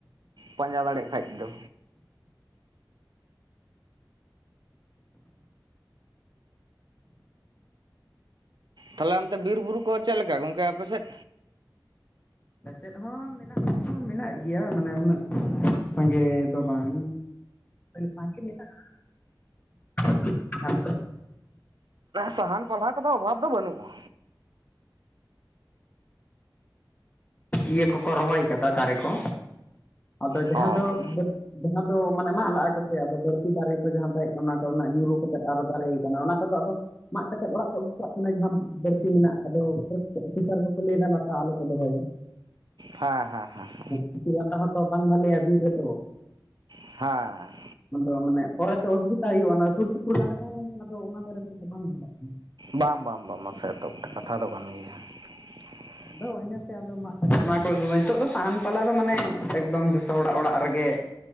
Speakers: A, on the right (about 75°); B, on the left (about 20°).
A: ᱯᱟᱸᱡᱟ ᱫᱟᱲᱮᱭᱟᱜ ᱠᱷᱟᱡ ᱫᱚ᱾ ᱛᱟᱦᱚᱞᱮ ᱚᱱᱛᱮ ᱵᱤᱨ-ᱵᱩᱨᱩ ᱠᱚ ᱪᱮᱫ ᱞᱮᱠᱟ ᱜᱚᱝᱠᱮ ᱟᱯᱮ ᱥᱮᱫ?
B: ᱟᱞᱮᱥᱮᱫ ᱦᱚᱸ ᱢᱮᱱᱟᱜ ᱫᱚ ᱢᱮᱱᱟᱜ ᱜᱮᱭᱟ ᱢᱟᱱᱮ ᱩᱱᱟᱹᱜ ᱥᱟᱸᱜᱮ ᱫᱚ ᱵᱟᱝ ᱥᱟᱸᱜᱮ ᱢᱮᱱᱟᱜᱼᱟ᱾ <unintelligible>
A: ᱥᱟᱦᱟᱱ ᱯᱟᱞᱦᱟ ᱠᱚᱫᱚ ᱚᱵᱷᱟᱵᱽ ᱫᱚ ᱵᱟᱹᱱᱩᱜᱼᱟ᱾
B: ᱤᱭᱟᱹ ᱠᱚᱠᱚ ᱨᱚᱦᱚᱭ ᱠᱟᱫᱟ ᱫᱟᱨᱮ ᱠᱚ᱾ ᱟᱫᱚ ᱡᱟᱦᱟ
A: ᱚ
B: ᱫᱚ ᱡᱟᱦᱟᱸ ᱫᱚ ᱢᱟᱱᱮ ᱢᱟᱜ ᱞᱟᱜᱼᱟ ᱠᱚᱥᱮ ᱟᱫᱚ ᱵᱟᱹᱲᱛᱤ ᱫᱟᱨᱮ ᱠᱚ ᱡᱟᱦᱟᱸ ᱛᱟᱦᱮᱸ ᱠᱟᱱᱟ ᱚᱱᱟ ᱠᱚᱨᱮᱱᱟᱜ ᱧᱩᱨᱩ ᱠᱟᱛᱮᱮᱫ ᱟᱨᱚ ᱫᱟᱨᱮ ᱠᱟᱱᱟ ᱚᱱᱟ ᱠᱚᱫᱚ ᱟᱫᱚ ᱢᱟᱜ ᱠᱟᱛᱮᱫ ᱚᱲᱟᱜ ᱠᱚ ᱟᱹᱜᱩ ᱠᱟᱜ ᱠᱟᱱᱟ ᱡᱟᱦᱟᱸ ᱵᱟᱹᱲᱛᱤ ᱢᱮᱱᱟᱜ ᱟᱫᱚ ᱚᱯᱷᱤᱥᱟᱨ ᱠᱚᱠᱚ ᱞᱟᱹᱭᱮᱫᱫᱟ ᱞᱟᱛᱟ ᱟᱞᱚ ᱠᱚ ᱫᱚᱦᱚᱭᱟ᱾
A: ᱦᱮᱸ ᱦᱮᱸ ᱦᱮᱸ᱾
B: ᱠᱩᱥᱤ ᱵᱟᱛᱟ ᱦᱚᱸᱛᱚ ᱵᱟᱝ ᱵᱷᱟᱞᱮᱭᱟ ᱵᱤᱨ ᱨᱮᱫᱚ᱾
A: ᱦᱮᱸ᱾
B: ᱟᱫᱚ ᱢᱟᱱᱮ ᱯᱚᱨᱮᱛᱮ ᱚᱥᱩᱵᱤᱫᱟ ᱦᱩᱭᱩᱜᱼᱟ ᱚᱱᱟ ᱥᱩᱨ ᱥᱩᱯᱩᱨ ᱫᱟᱨᱮ ᱛᱟᱦᱮᱸ ᱞᱮᱱᱠᱷᱟᱱ ᱟᱫᱚ ᱚᱱᱟ ᱫᱟᱨᱮ ᱛᱮᱫᱚ ᱵᱟᱝ ᱦᱟᱨᱟᱜ ᱠᱟᱱᱟ᱾
A: ᱵᱟᱝ ᱵᱟᱝ ᱵᱟᱝ ᱢᱟᱥᱮ ᱮᱛ ᱵᱚᱴᱷᱮ ᱠᱟᱛᱷᱟ ᱫᱚ ᱠᱟᱱ ᱜᱮᱭᱟ᱾ <inaudible>
B: ᱟᱫᱚ ᱤᱱᱟᱹᱛᱮ ᱟᱫᱚ ᱚᱱᱟ ᱠᱚ ᱟᱹᱜᱩ ᱱᱤᱛᱚᱜ ᱫᱚ ᱥᱟᱦᱟᱱ ᱯᱟᱞᱟ ᱫᱚ ᱢᱟᱱᱮ ᱮᱠᱫᱚᱢ ᱡᱚᱛᱚ ᱦᱚᱲᱟᱜ ᱚᱲᱟᱜ ᱨᱮᱜᱮ